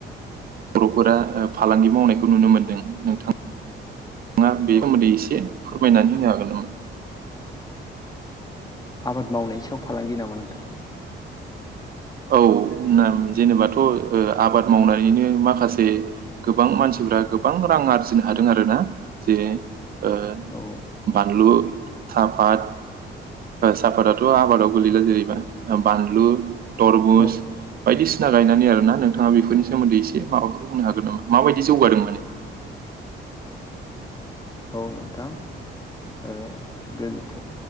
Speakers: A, on the right; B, on the left.
A: बर'फोरा फालांगि मावनायखौ नुनो मोनदों नोंथां। नोंथाङा बेनि
B: औ
A: सोमोन्दै एसे फोरमायनानै होनो हागोन नामा?
B: आबाद मावनायनि सायाव फालांगि नामा नोंथां?
A: औ जेनेबाथ' ओ आबाद मावनानैनो माखासे गोबां मानसिफ्रा गोबां रां आरजिनो हादों आरो ना जे ओ
B: औ
A: बानलु साफाद साफादाथ' आबादाव गोलैला जेनेबा बानलु तरमुस
B: औ
A: बायदिसि सिना गायनानै आरोना नोंथाङा बेफोरनि सोमोन्दै एसे माबाफोर बुंनो हागोन नामा माबायदि जौगादों माने?
B: औ नोंथां ओ गोदोथ'